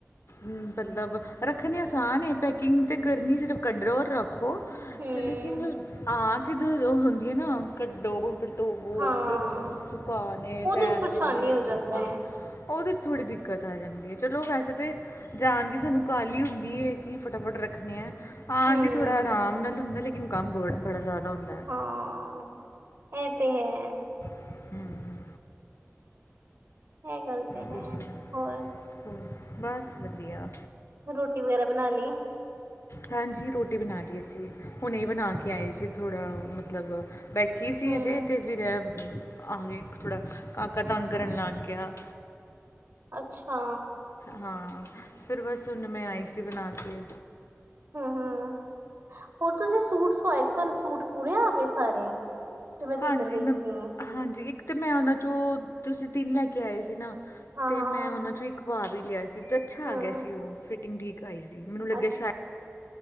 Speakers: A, on the left; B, on the right.
A: ਮਤਲਬ ਰੱਖਣੇ ਆਸਾਨ ਹੈ ਪੈਕਿੰਗ ਤਾਂ ਕਰਨੀ ਸਿਰਫ਼ ਕਟਰ ਰੱਖੋ
B: ਹਮ
A: ਲੇਕਿਨ ਹਾਂ ਕਿਧਰ ਉਹ ਹੁੰਦੀਆਂ ਨਾ ਕੱਢੋ ਧਵੋ
B: ਹਾਂ
A: ਫਿਰ ਸੁਕਾਉਣੇ
B: ਉਹਦੇ
A: ਤੈਰ
B: ਚ ਪਰੇਸ਼ਾਨੀ
A: ਲਗਾਉਣੀ
B: ਹੋ
A: ਫਿਰ
B: ਜਾਂਦਾ
A: ਸ
B: ਹੈ
A: ਉਹਦੇ 'ਚਥੋੜ੍ਹੀ ਦਿੱਖ ਦਿੱਕਤ ਆ ਜਾਂਦੀ ਹੈ ਚਲੋ ਵੈਸੇ ਤਾਂ ਜਾਣ ਦੀ ਸਾਨੂੰ ਕਾਹਲੀ ਹੁੰਦੀ ਹੈ ਕਿ ਫਟਾਫਟ ਰੱਖਦੇ ਆ ਆਦੀ
B: ਹਮ
A: ਥੋੜਾ ਆਰਾਮ ਨਾਲ ਹੁੰਦਾ ਲੇਕਿਨ ਕੰਮ ਬ ਬੜਾ ਜ਼ਿਆਦਾ ਹੁੰਦਾ ਹੈ
B: ਹਾਂ ਇਹ ਤੇ ਹੈ
A: ਹਮ ਹਮ
B: ਇਹ ਗੱਲ ਤੇ
A: ਹੋਰ
B: ਹੈ
A: ਸੁ
B: ਹੋਰ
A: ਹੋ ਬਸ ਵਧੀਆ
B: ਰੋਟੀ ਵਗੈਰਾ ਬਣਾ ਲਈ
A: ਹਾਂਜੀ ਰੋਟੀ ਬਣਾ ਲਈ ਅਸੀਂ ਹੁਣ ਇਹ ਬਣਾ ਕੇ ਆਏ ਸੀੀ ਥੋੜ੍ਹਾ ਮਤਲਬ ਬੈਠੀ ਸੀ
B: ਹੂੰ
A: ਅਜੇ ਤੇ ਫਿਰ ਆ ਗ ਥੋੜ੍ਹਾ ਕਾਕਾ ਤੰਗ ਕਰਨ ਲੱਗ ਗਿਆ
B: ਅੱਛਾ
A: ਹਾਂ ਫਿਰ ਬਸ ਹੁਨ ਮੈਂ ਆਈ ਸੀ ਬਣਾ ਕੇ
B: ਹਮ ਹਮ ਹੋਰ ਤੁਸੀਂ ਸੂਟ ਸਵਾਏ ਸੀ ਤੁਹਾਨੂੰ ਸੂਟ ਪੂਰੇ ਆ ਗਏ ਸਾਰੇ ਜੋ ਮੈਂ ਦੇਖ
A: ਹਾਂਜੀ
B: ਕਰ ਗਈ
A: ਮੈਂ
B: ਸੀ
A: ਹਾਂਜੀ ਇੱਕ ਤਾਂ ਮੈਂ ਉਹਨਾਂ ਚੋਂ ਤੁਸੀਂ ਦਿਨ ਲੈ ਕੇ ਆਏ ਸੀ ਨਾ
B: ਹਾਂ
A: ਤੇ
B: ਹਾਂ
A: ਮੈਂ ਉਹਨਾਂ ਚੋਂ ਇੱਕ ਭਅ ਵੀ ਲਿਆ ਸੀ ਤੇ ਅੱਛਾ
B: ਹੂੰ
A: ਆ ਗਿਆ ਸੀ ਉਹ ਫਿਟਿੰਗ ਠੀਕ ਆਈ ਸੀ ਮੈਨੂੰ ਲੱਗਿਆ
B: ਅੱਛਾ
A: ਸ਼ਾਇਦ